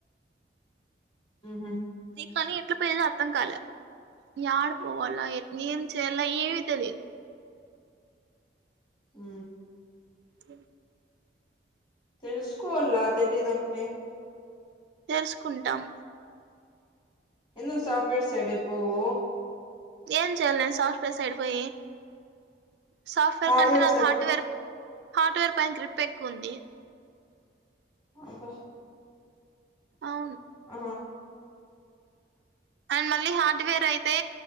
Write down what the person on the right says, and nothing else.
కానీ ఎట్లా పెయదో అర్థం కాలేదు యాడ్ పోవాల ఎ చెలా ఏవి తెలీదు
అ
తెలుసుకుంటాం
ఏం చేయాలి నేను సాఫట్వే సాఫ్ట్వేర్
కంటే నాకు
హార్డ్వేర్ హార్డ్వేర్ పైన గ్రిప్ ఎక్కువుంది
అవును
అండ్ మళ్ళీ హార్డ్వేర్ అయితే